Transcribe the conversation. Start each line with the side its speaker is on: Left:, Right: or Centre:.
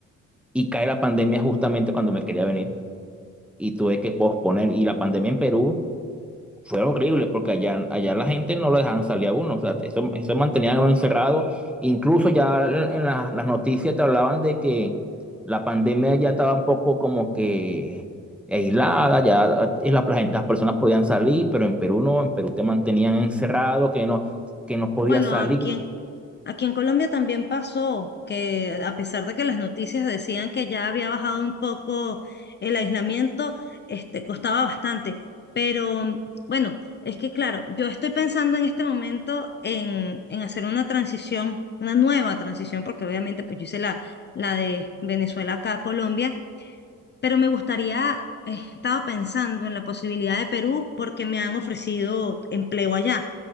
Centre: y cae la pandemia justamente cuando me quería venir y tuve que posponer y la pandemia en Perú fue horrible porque allá, allá la gente no lo dejaban salir a uno, o sea, eso, eso mantenían a uno encerrado. Incluso ya en en la- las noticias te hablaban de que la pandemia ya estaba un poco como que aislada, ya eh, la- la gente- las personas podían salir, pero en Perú no, en Perú te mantenían encerrado, que no, que no podías
Left: bueno,
Centre: salir.
Left: aquí en, aquí en Colombia también pasó que a pesar de que las noticias decían que ya había bajado un poco el aislamiento, este, costaba bastante, pero bueno, es que claro, yo estoy pensando en este momento en, en hacer una transición, una nueva transición, porque obviamente pues yo hice la, la de Venezuela acá a Colombia pero me gustaría, he estado pensando en la posibilidad de Perú porque me han ofrecido empleo allá.